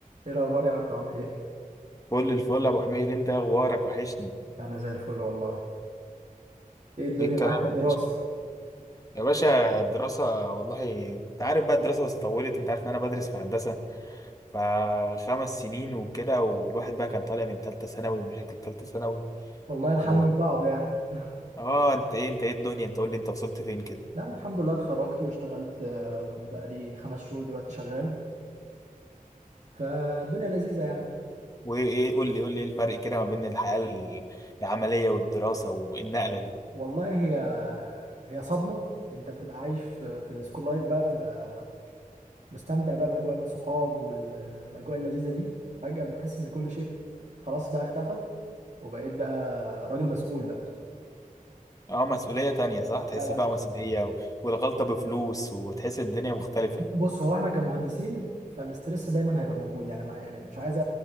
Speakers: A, on the right; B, on the left.
A: ايه الاخبار يا عبدو عامل ايه
B: فل الفل يا ابو حميد انت إيه اخبارك وحشني
A: انا زي الفل والله ايه الدنيا
B: ايه الكلام
A: معاك في
B: يا
A: الدراسه
B: باشا يا باشا الدراسه والله انت عارف بقى الدراسه بس طولت انت عارف ان انا بدرس في هندسه فخمس سنين وكده والواحد بقى كان طالع من ثالثه ثانوي ومشاكل ثالثه ثانوي
A: والله الحال
B: و...
A: من بعضه يعني <laughs>
B: اه انت ايه انت ايه الدنيا انت قول لي انت وصلت فين كده
A: لا أنا الحمد لله اتخرجت واشتغلت آه، بقالي خمس شهور دلوقتي شغال فالدنيا لذيذه يعني
B: وايه قول لي قول لي ايه الفرق كده ما بين الحياه ال- العمليه والدراسه والنقله دي
A: والله هي هي صدمه انت بتبقى عايش في في السكول لايف بقى بتبقى مستمتع بقى باجواء الصحاب وال- والاجواء اللذيذه دي فجاه بتحس ان كل شيء خلاص بقى اختفى وبقيت بقى راجل مسؤول بقى
B: اه مسؤوليه تانية صح تحس
A: لا لا
B: بقى مسؤوليه و... والغلطه بفلوس وتحس الدنيا مختلفه
A: بص هو احنا كمهندسين فالاسترس دايما هيبقى موجود يعني ما يعني مش عايز